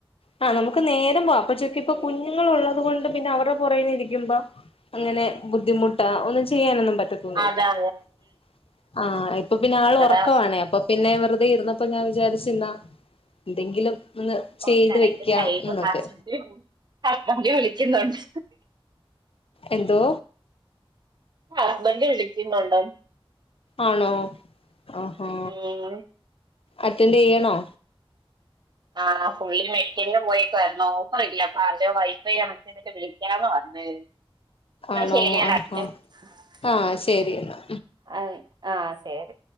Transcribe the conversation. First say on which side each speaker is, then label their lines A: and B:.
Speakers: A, on the left (about 70°); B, on the right (about 50°).
A: ആ നമുക്ക് നേരംപോവ ൻക്ക്പ്പൊ
B: ഉം
A: കുഞ്ഞുങ്ങൾള്ളത് കൊണ്ട് പിന്നെ അവരുടെ പുറേകേനിരിക്കുമ്പോ അങ്ങനെ ബുദ്ധിമുട്ടാ ഒന്നും ചെയ്യാനൊന്നും പ <unintelligible>
B: അതാ
A: ആ ഇപ്പൊ പിന്നെ ആൾ
B: അതാ
A: ഉറക്കവാണേ അപ്പൊപിന്നെ വെറുതെ ഇരുന്ന് അപ്പൊ ഞാൻ വിചാരിച്ചെന്നാ എന്തെങ്കിലും ഒന്ന്
B: ഓ,
A: ചെയ്ത്
B: കറക്റ്റ്
A: വെക്കാ
B: ടൈം
A: എന്നൊക്കെ
B: ഹസ്ബൻഡ് <unintelligible> വിളിക്കുന്നുണ്ട്
A: എന്തോ
B: ഹസ്ബൻഡ് വിളിക്കുന്നുണ്ട്
A: ആണോ ആഹാ
B: ഉം.
A: അറ്റൻഡ് ചെയ്യണോ
B: ആ പുള്ളി മെഡിക്കലിന് പോയൊക്കായിരുന്നു <unintelligible> അപ്പൊ <unintelligible> വൈഫൈ <unintelligible> വിളിക്കാന്ന് പറഞ്ഞു <unintelligible> എന്നാ
A: ആണോ
B: ശരിയടാ
A: ആഹാ
B: <unintelligible>
A: ആഹ് ശരി എന്നാ
B: ആ ആ ശരി